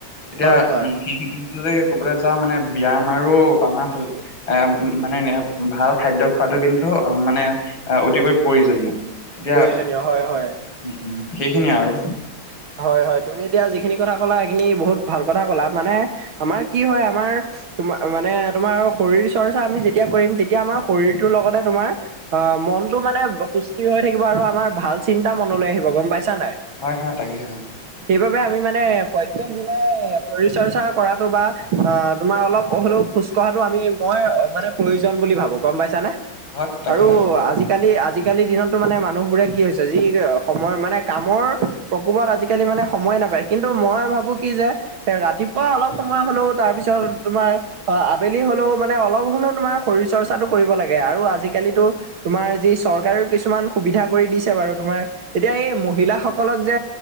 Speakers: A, on the left; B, on the right.
A: এতিয়া
B: হয় হয়
A: উম, সি- সিদিনটোৰে কবলে যাওঁ মানে বায়াম আৰু আমাৰ শৰীৰ এ মানে এনে ভাল খাদ্য খোৱাটো কিন্তু মানে অতিকৈ প্ৰয়োজনীয়। এতিয়া
B: প্ৰয়োজনীয় হয়- হয়।
A: উম উম, সেইখিনিয়ে আৰু।
B: হয় -হয় তুমি এতিয়া যিখিনি কথা ক'লা সেইখিনি বহুত ভাল কথা কলা মানে আমাৰ কি হয় আমাৰ তোমা মানে আৰু তোমাৰ শৰীৰ চৰ্চা আমি যেতিয়া কৰিম তেতিয়া আমাৰ শৰীৰটোৰ লগতে তোমাৰ অ, মনটো মানে সুস্থিৰ হৈ থাকিব আৰু আমাৰ ভাল চিন্তা মনলৈ আহিব গম পাইছা নাই?
A: হয় -হয় তাকেহে অ,
B: সেইবাবে আমি মানে প্ৰত্যেক দিনাই শৰীৰ চৰ্চা কৰাতটো বা অ, তোমাৰ অলপ হলেও খোজ কঢ়াটো আমি মই মানে প্ৰয়োজন বুলি ভাবো গম পাইছানে,
A: হয় তাকেহে
B: আৰু
A: তাকে
B: আজি আজিকালি- আজিকালি দিনততো মানে মানুহবোৰে কি হৈছে যি সময় মানে কামৰ প্ৰকোবত আজিকালি মানে সময় নাপায় কিন্তু মই ভাবো কি যে এ ৰাতিপুৱা অলপ সময় হলেও তাৰপিছত তোমাৰ অ, আবেলি হলেও মানে অলপ হলেও তোমাৰ শৰীৰ চৰ্চাটো কৰিব লাগে আৰু আজিকালিতো তোমাৰ যি চৰকাৰেও কিছুমান সুবিধা কৰি দিছে বাৰু তোমাৰ এতিয়া এই মহিলাসকলক যে